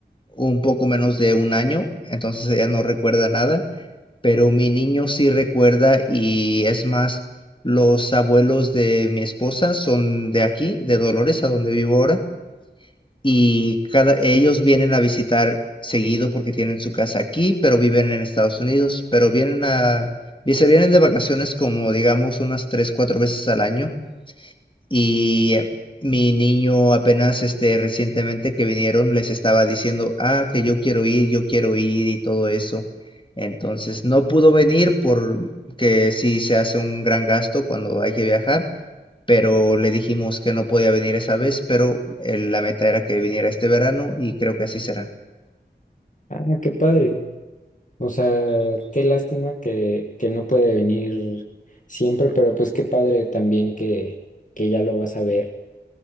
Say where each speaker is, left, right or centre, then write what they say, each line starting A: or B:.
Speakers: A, on the left (about 30°); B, on the left (about 45°).
A: un poco menos de un año, entonces ella no recuerda nada, pero mi niño sí recuerda y es más, los abuelos de mi esposa son de aquí, de Dolores, a donde vivo ahora, y cada, ellos vienen a visitar seguido porque tienen su casa aquí, pero viven en Estados Unidos, pero vienen a, y se vienen de vacaciones como digamos unas tres, cuatro veces al año y mi niño apenas este recientemente que vinieron les estaba diciendo, ah, que yo quiero ir, yo quiero ir y todo eso. Entonces no pudo venir porque sí se hace un gran gasto cuando hay que viajar, pero le dijimos que no podía venir esa vez, pero eh, la meta era que viniera este verano y creo que así será.
B: Ah, qué padre. O sea, qué lástima que, que no puede venir siempre, pero pues qué padre también que, que ya lo vas a ver.